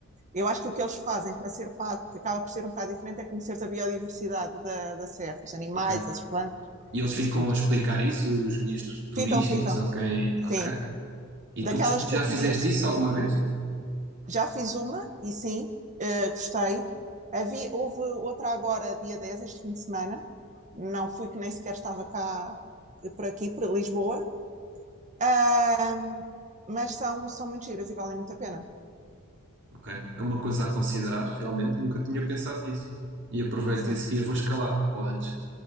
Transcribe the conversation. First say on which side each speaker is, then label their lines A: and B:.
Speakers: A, on the right; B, on the right.
A: Eu acho que o que eles fazem para ser pago, que acaba por ser um bocado diferente, é conhecer a biodiversidade da, da serra, os animais,
B: Ok.
A: as plantas,
B: E eles ficam
A: isso tudo.
B: a explicar isso, os guias tu- turísticos,
A: Ficam, ficam.
B: ok,
A: Sim.
B: ok. E
A: Daquelas
B: tu gost-
A: que
B: já
A: eu
B: fizeste
A: conheço,
B: isso alguma vez?
A: já fiz uma e sim, eh, gostei. Havia, houve outra agora, dia 10 este fim de semana. Não fui, que nem sequer estava cá, eh, por aqui, por Lisboa. Ahm, mas são, são muito giras e valem muito a pena.
B: Ok. É uma coisa a considerar, realmente, nunca tinha pensado nisso. E aproveito
A: Sim,
B: e a seguir vou escalar, ou antes.